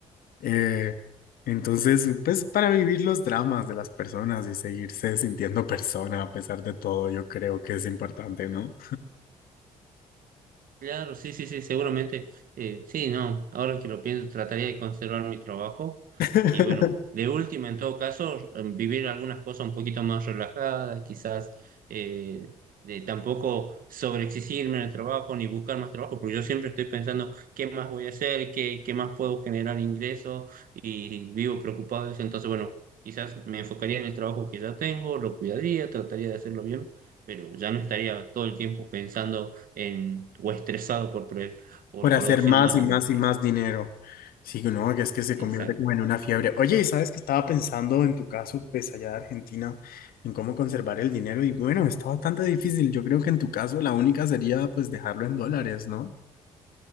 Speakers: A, on the left; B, on the right.
A: Eh, entonces, pues para vivir los dramas de las personas y seguirse sintiendo persona a pesar de todo, yo creo que es importante, ¿no?
B: Claro, sí, sí, sí, seguramente. eh, sí, no, ahora que lo pienso, trataría de conservar mi trabajo.
A: <laughs>
B: Y bueno, de última, en todo caso, em, vivir algunas cosas un poquito más relajadas, quizás eh, de tampoco sobreexigirme en el trabajo ni buscar más trabajo, porque yo siempre estoy pensando qué más voy a hacer, qué, qué más puedo generar ingresos y vivo preocupado de eso. Entonces, bueno, quizás me enfocaría en el trabajo que ya tengo, lo cuidaría, trataría de hacerlo bien, pero ya no estaría todo el tiempo pensando en, o estresado por, pre- por
A: por hacer
B: producir
A: más
B: más.
A: y
B: así
A: más
B: que-
A: y más dinero. Sí, no, que es que se
B: exactamente.
A: convierte como en una fiebre. Oye, y sabes que estaba pensando en tu caso, pues allá de Argentina, en cómo conservar el dinero y bueno, está bastante difícil. Yo creo que en tu caso la única sería pues dejarlo en dólares, ¿no?